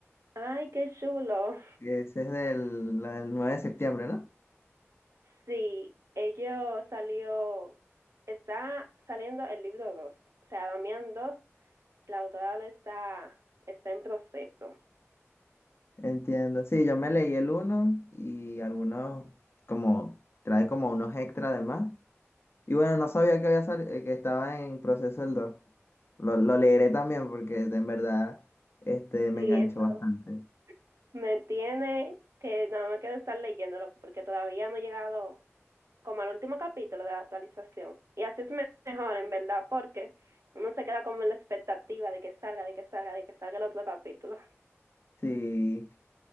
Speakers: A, on the right (about 75°); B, on the left (about 55°).
A: Ay, qué chulo.
B: Ese es del, la del 9 de septiembre, ¿no?
A: Sí, ello salió, está saliendo el libro 2, o sea, Damián dos, la autora lo está, está en proceso.
B: Entiendo. Sí, yo me leí el uno y algunos como trae como unos extra además. Y bueno, no sabía que había sali- eh, que estaba en proceso el 2. Lo, lo leeré también porque en verdad este, me
A: Sí,
B: enganchó
A: eso
B: bastante.
A: me tiene que nada más quiero estar leyéndolo porque todavía no he llegado como al último capítulo de la actualización. Y así es me- mejor, en verdad, porque uno se queda como en la expectativa de que salga, de que salga, de que salga el otro capítulo.
B: Sí,